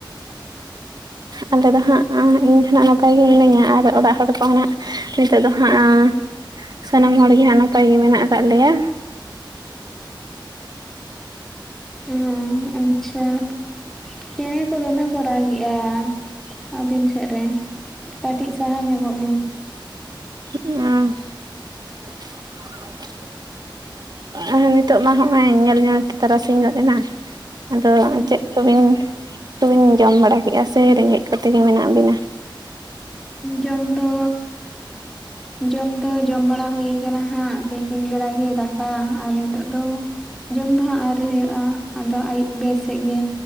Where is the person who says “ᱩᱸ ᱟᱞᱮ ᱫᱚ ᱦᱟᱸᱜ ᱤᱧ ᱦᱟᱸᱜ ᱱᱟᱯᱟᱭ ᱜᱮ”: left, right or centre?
Right